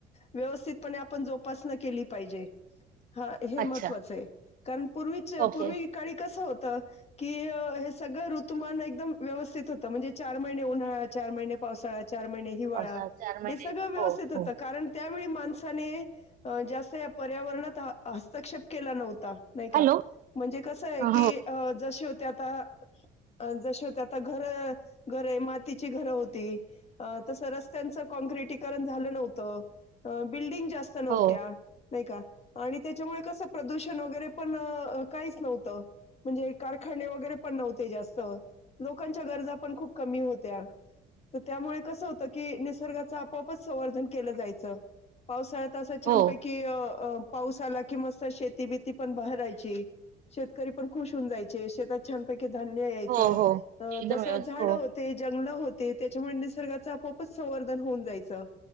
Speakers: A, on the left (about 40°); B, on the right (about 55°).
A: व्यवस्थितपणे आपण जोपासना केली पाहिजे. हा हे महत्त्वाचं
B: अच्छा
A: आहे कारण पूर्वीच्या
B: ओके
A: पूर्वी काळी कसं होतं कि हे सगळं ऋतुमान एकदम व्यवस्थित होतं म्हणजे चार महिने उन्हाळा, चार महिने पावसाळा चार महिने हिवाळा
B: पावसाळा चार महिने
A: हा सगळं व्यवथित
B: हो
A: होतं
B: हो
A: कारण त्यावेळी माणसाने जास्त या पर्यावरणात हस्तक्षेप केला नव्हता. नाही
B: हॅलो
A: का म्हणजे कसं आहे
B: हो
A: की अ जशे होते आता अ जशे होते आता घरं घरं आहे मातीची घरं होती. अ तसं रस्त्यांचं काँक्रिटीकरण झालं नव्हतं, बिल्डिंग जास्त नव्हत्या.
B: हो
A: नाही का आणि त्याच्यामुळे कसं प्रदूषण वगैरे पण काहीच नव्हत. म्हणजे कारखाने वगैरे पण नव्हते जास्त लोकांच्या गरजा पण खूप कमी होत्या. तर त्यामुळे कसं होतं की निसर्गाचं आपोआपच संवर्धन केलं जायचं. पावसाळ्यात असं छानपैकी
B: हो
A: अ अ पाऊस आला कि मस्त शेती बिती पण बहरायची. शेतकरी पण खुश होऊन जायचे शेतात छानपैकी धान्य यायचं
B: हो हो
A: अ
B: एकदम
A: तसं
B: व्यवस्थित
A: झाड
B: हो
A: होते, जंगल होते त्याच्यामुळे निसर्गाचं आपोपच संवर्धन होऊन जायचं